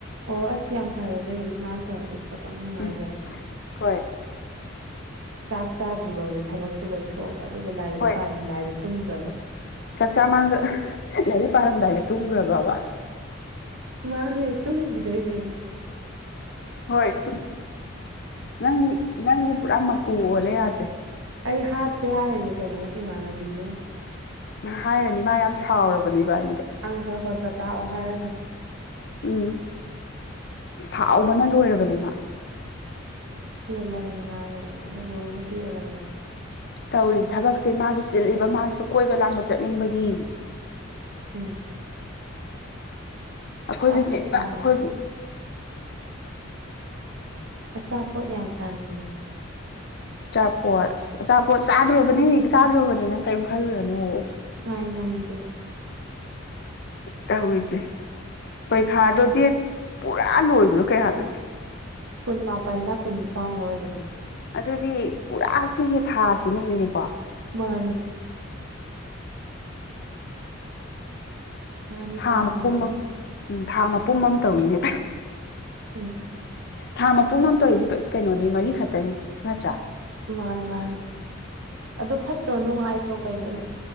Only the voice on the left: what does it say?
ꯎꯝ ꯍꯣꯏ
ꯍꯣꯏ
ꯆꯥꯛꯆꯥ ꯃꯥꯡꯗ ꯂꯥꯏꯔꯤꯛ ꯄꯥꯔꯝꯗꯥꯏꯗ ꯇꯨꯝꯒ꯭ꯔꯕꯕ
ꯍꯣꯏ ꯇꯨꯝ ꯅꯪ ꯅꯪꯖꯦ ꯄꯨꯔꯥ ꯃꯀꯨ ꯑꯣꯜꯂꯦ ꯌꯥꯗ꯭ꯔꯦ
ꯍꯥꯏꯔꯅꯤ ꯃꯥ ꯌꯥꯝ ꯁꯥꯎꯔꯕꯅꯦ ꯏꯕꯥꯅꯤꯗ
ꯎꯝ ꯁꯥꯎꯕꯅ ꯂꯣꯏꯔꯕꯅꯦ ꯃꯥ
ꯇꯧꯔꯤꯖꯦ ꯊꯕꯛꯁꯦ ꯃꯥꯁꯨ ꯆꯤꯜꯂꯤꯕ ꯃꯥꯖꯨ ꯀꯣꯏꯕ ꯂꯥꯡꯕ ꯆꯠꯅꯤꯡꯕꯒꯤ
ꯑꯈꯣꯏꯖꯨ
ꯆꯤꯟꯕ
ꯑꯈꯣꯏꯒꯤ
ꯑꯆꯥꯄꯣꯠ ꯑꯁ ꯑꯆꯥꯄꯣꯠ ꯆꯥꯗ꯭ꯔꯣꯕꯅꯤ ꯆꯥꯗ꯭ꯔꯣꯕꯅꯦ ꯅꯪ ꯀꯔꯤꯝ ꯈꯜꯂꯨꯔꯅꯨꯑꯣ
ꯇꯧꯔꯤꯖꯦ ꯄꯩꯈꯥꯗꯣ ꯗꯦꯠ ꯄꯨꯔꯥ ꯂꯣꯏꯕꯗꯣ ꯀꯌꯥꯗꯅꯣ
ꯑꯗꯨꯗꯤ ꯄꯨꯔꯥ ꯁꯤꯒꯤ ꯊꯥꯁꯤꯅꯅꯤꯅꯦꯀꯣ
ꯊꯥ
ꯃꯄꯨꯝ ꯑꯃ ꯎꯝ ꯊꯥ ꯃꯄꯨꯝ ꯑꯃ ꯇꯧꯋꯤꯅꯦ
ꯊꯥ ꯃꯄꯨꯡ ꯑꯃꯝ ꯇꯧꯏꯖꯦ ꯀꯩ ꯑꯁ ꯀꯩꯅꯣꯅꯦ ꯃꯔꯤ ꯈꯛꯇꯅꯤ ꯅꯠꯇ꯭ꯔꯥ